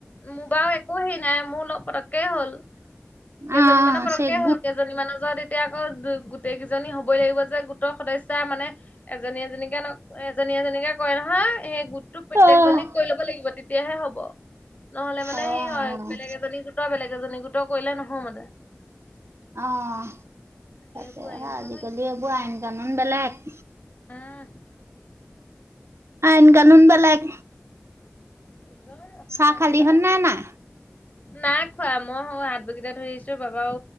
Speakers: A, on the left; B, on the right.
A: মো বাও একো হেই নাই। মো লগ পত কে হ'ল,
B: অ',
A: কেইজনীমানৰ পতককে
B: চেকবুক
A: হ'ল। কেইজ জনী মানৰ য'ত তেতিয়া আক' গো- গোটেই কেইজনী হ'বই লাগিব যে গোটৰ সদস্যা মানে। এজনী এজনীকে ন' এজনী এজনীকে কয় নহয়, সেই গোটটোক প্ৰত্যেকজনীক
B: অ',
A: কৈ ল'ব লাগিব তে তিয়াহে হ'ব। নহ'লে মানে
B: অ',
A: সেই হয় বেলেগ এজনী গোট' বেলেগ এজনী গোট' কৰিলে নহয় মানে।
B: অ' তাকেহে
A: সেইবোৰে
B: আজিকালি
A: ঐ
B: এইবোৰ আইন-কানুন বেলেগ।
A: উম
B: আইন-কানুন বেলেগ।
A: <inaudible>
B: চা খালি
A: লগাই
B: হননে
A: দিছে
B: নাই?
A: নাই খোৱা। মই সৌ হাত বগিটা ধুইছোঁ, বাবাও